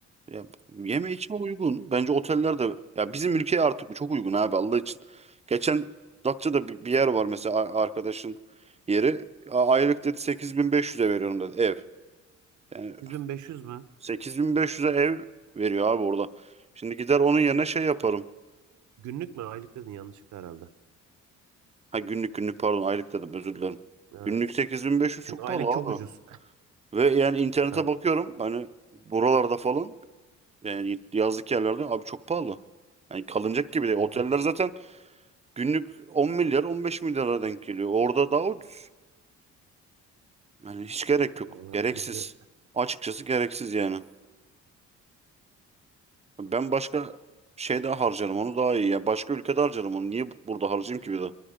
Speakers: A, on the right; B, on the right.
A: Ya, yeme içme uygun. Bence oteller de ya bizim ülkeye artık bu çok uygun abi Allah için. Geçen Datça'da bir, bir yer var mesela a- arkadaşın yeri. A- Aylık dedi sekiz bin beş yüz'e veriyorum dedi ev. Yani
B: 8500 mü?
A: sekiz bin beş yüz'e ev veriyor abi orada. Şimdi gider onun yerine şey yaparım.
B: Günlük mü? Aylık dedin yanlışlıkla herhalde.
A: Ha günlük günlük pardon aylık dedim özür dilerim.
B: Evet.
A: Günlük 8500
B: Çünkü
A: çok
B: aylık
A: pahalı abi.
B: çok ucuz.
A: Ve yani internete
B: Evet.
A: bakıyorum hani buralarda falan yani yazlık yerlerde abi çok pahalı. Yani kalınacak gibi değil.
B: Doğru
A: Oteller
B: diyorsun.
A: zaten Günlük 10 milyar 15 milyara denk geliyor. Orada daha ucuz. Yani hiç gerek yok.
B: Vallahi
A: Gereksiz.
B: bence.
A: Açıkçası gereksiz yani. Ben başka şeyde harcarım onu daha iyi. Yani başka ülkede harcarım onu. Niye bu- burada harcayayım ki bir de?